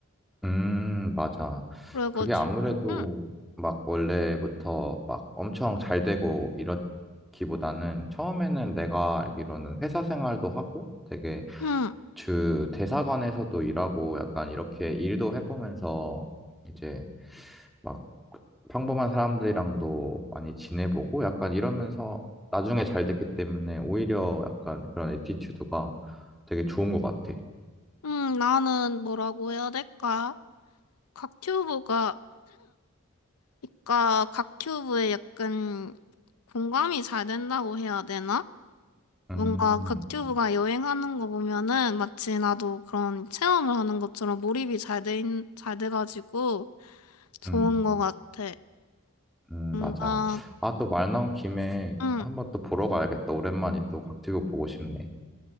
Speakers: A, in the centre; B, on the left (about 80°).
A: 음, 맞아.
B: 그래가지고
A: 그게 아무래도
B: 음,
A: 막 원래부터 막 엄청 잘 되고 이렇기보다는 처음에는 내가 알기로는 회사 생활도 하고 되게
B: 음,
A: 주 대사관에서도 일하고 약간 이렇게 일도 해보면서 이제 막 평범한 사람들이랑도 많이 지내보고 약간 이러면서 나중에 잘 됐기 때문에 오히려 약간 그런 애티튜드가 되게 좋은 것 같아.
B: 음, 나는 뭐라고 해야 될까? 곽튜브가 그러니까 곽튜브에 약간 공감이 잘 된다고 해야 되나? 뭔가
A: 음,
B: 극튜브가 여행하는 거 보면은 마치 나도 그런 체험을 하는 것처럼 몰입이 잘 돼, 있- 잘 돼가지고 좋은
A: 음.
B: 거 같아.
A: 음,
B: 뭔가,
A: 맞아. 음. 아, 또 말 나온 김에
B: 응.
A: 한번 또 보러 가야겠다. 오랜만에 또 곽튜브 보고 싶네.